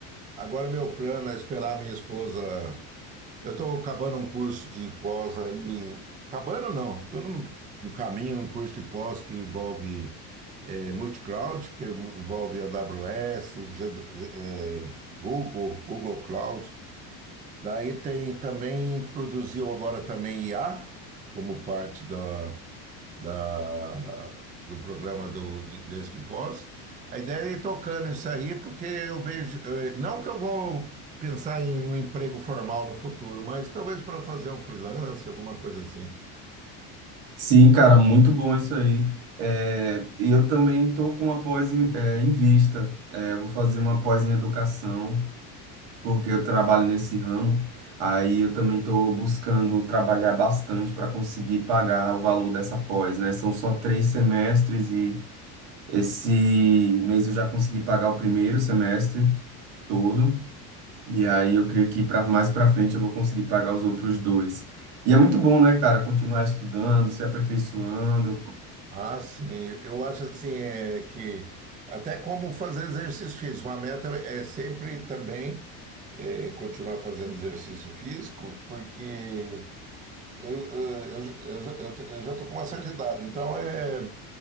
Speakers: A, on the right; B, on the right.
A: Agora meu plano é esperar minha esposa Eu estou acabando um curso de pós aí. Acabando não, estou no, no caminho, um curso de pós que envolve eh, multi-cloud, que mu- envolve AWS, G- D eh, Google, Google Cloud. Daí tem também, produziu agora também IA, como parte da da, do programa do, de- deste pós. A ideia é ir tocando isso aí, porque eu vejo, eh, não que eu vou pensar em um emprego formal no futuro, mas talvez para fazer um freelance, alguma coisa assim.
B: Sim, cara, muito bom isso aí. É, e eu também estou com uma pós em, é, em vista. É, eu vou fazer uma pós em educação. porque eu trabalho nesse ramo. Aí eu também estou buscando trabalhar bastante para conseguir pagar o valor dessa pós, né? São só três semestres e esse mês eu já consegui pagar o primeiro semestre todo. E aí eu creio que para mais para frente eu vou conseguir pagar os outros dois. E é muito bom, né, cara, continuar estudando, se aperfeiçoando,
A: Ah, sim, eu acho assim é que até como fazer exercício físico, uma meta é sempre também é, continuar fazendo exercício físico, porque eu, eu, eu, já- eu, já eu com uma certa idade, então é